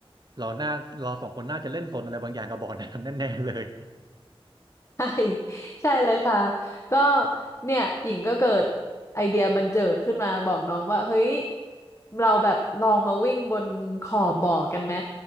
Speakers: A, on the right; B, on the left.
A: เราน่าเราสองคนน่าจะเล่นสนอะไรบางอย่างกับบ่อน้ำ <laughs> แน่ๆเลย
B: ใช่ใช่เลยค่ะก็เนี่ยหญิงก็เกิดไอเดียบันเจิดขึ้นมาบอกน้องว่าเฮ้ยเราแบบลองมาวิ่งบนขอบบ่อกันไหม